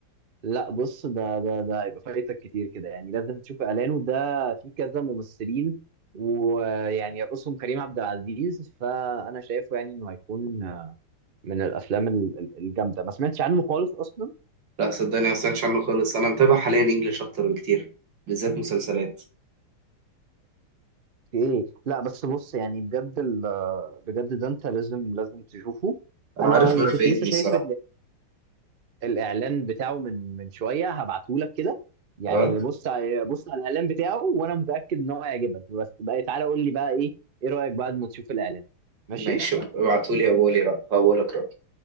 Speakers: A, on the right; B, on the right.
A: لا بص ده ده ده هيبقى فايتك كتير كده يعني لازم تشوف اعلانه ده في كذا ممثلين ويعني يرقصهم كريم عبد العزيز فانا شايفه يعني انه هيكون من الافلام ال- ال- الجامده ما سمعتش عنه خالص اصلا
B: لا صدقني ما سمعتش عنه خالص انا متابع حاليا انجلش اكتر بكتير بالذات مسلسلات
A: في ايه لا بس بص يعني بجد ال- بجد ده انت لازم لازم تشوفه
B: انا
A: انا
B: عارف
A: يعني
B: ان انا
A: كنت
B: فايتني
A: لسه شايف
B: الصراحة
A: الاعلان بتاعه من من شويه هبعته لك كده يعني
B: اه
A: بص ع- بص على الاعلان بتاعه وانا متاكد ان هو هيعجبك بس بقى تعالى قول لي بقى ايه ايه رايك بعد ما تشوف الاعلان ماشي
B: ماشي ابعتولي هقولي رأ هقولك رأي